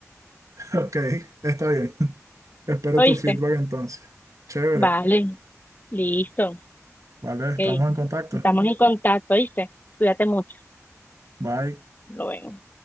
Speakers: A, on the right; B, on the left.
A: <laughs> Ok, está bien. <laughs> Espero
B: <laughs> ¿Oíste?
A: tu feedback entonces. Chévere.
B: Vale, listo.
A: Vale, estamos
B: ok.
A: en contacto.
B: Estamos en contacto, ¿oíste? Cuídate mucho.
A: Bye.
B: Lo veo.